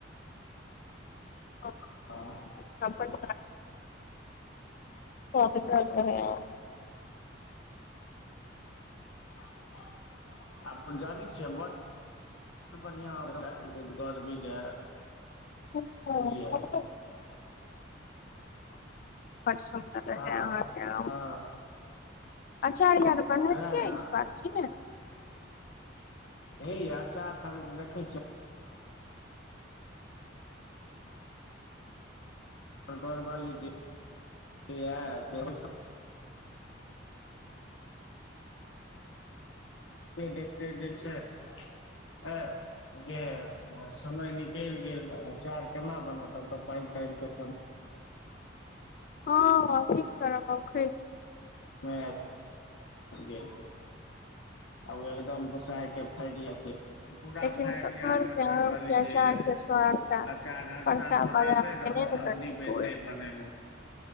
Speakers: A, on the left; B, on the left.
A: <unintelligible>
B: <unintelligible>
A: <unintelligible> <unintelligible>
B: <unintelligible> आब तऽ जानी छियै बड़ बड़ा बढ़िया <unintelligible>
A: <unintelligible>
B: बुझलियै
A: बड सुन्दर रहे
B: हँ
A: अहाँकेँ आम
B: हँ
A: अचार आर
B: वएह ने
A: <unintelligible>
B: हे यै आचार थाली में देखै छिय घौर बाली जे <unintelligible> देखते देखते जे छै <unintelligible> जे समय निकैल गेल आचार केना बनतब आब तऽ पाइन ताइन केँ समय
A: हँ <unintelligible>
B: <unintelligible> गेल ओ एकदम दोस के फाटि लेके पूरा
A: लेकिन
B: फैरिया
A: घर
B: हमर
A: के
B: घरवाली
A: आम के अचार
B: जे
A: के स्वाद त
B: अचार हर
A: बड़का
B: साल बनाबे।
A: बाजार के
B: हैं
A: नहि ने करतै
B: अी पे
A: कोइ
B: नहि पने